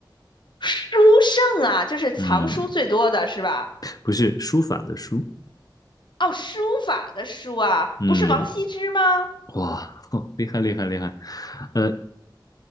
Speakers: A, on the left (about 70°); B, on the left (about 50°).
A: 书圣啊，就是藏书最多的是吧？
B: 嗯，不是书法的书，
A: 哦，书法的书啊，
B: 嗯，
A: 不是王羲之吗？
B: 哇，<laughs> 哦厉害厉害厉害，呃，